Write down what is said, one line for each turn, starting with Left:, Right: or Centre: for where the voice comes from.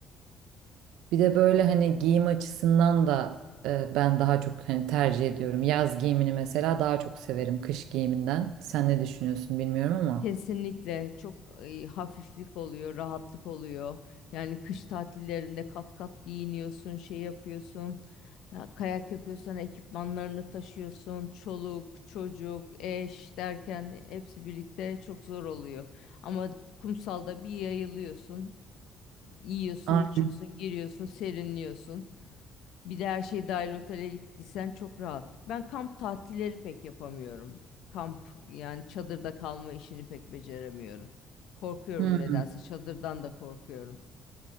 Right: Bir de böyle hani giyim açısından da e, ben daha çok hani tercih ediyorum. Yaz giyimini mesela daha çok severim kış giyiminden. Sen ne düşünüyorsun bilmiyorum ama.
Left: Kesinlikle çok e, hafiflik oluyor, rahatlık oluyor. Yani kış tatillerinde kat kat giyiniyorsun, şey yapıyorsun. Ha, Kayak yapıyorsan ekipmanlarını taşıyorsun. Çoluk, çocuk, eş derken hepsi birlikte çok zor oluyor. Ama kumsalda bir yayılıyorsun, yiyorsun,
Right: Ay,
Left: içiyorsun, giriyorsun, serinliyorsun. Bir de her şey dahil otele gittiysen çok rahat. Ben kamp tatilleri pek yapamıyorum. Kamp yani çadırda kalma işini pek beceremiyorum. Korkuyorum
Right: hı.
Left: nedense çadırdan da korkuyorum.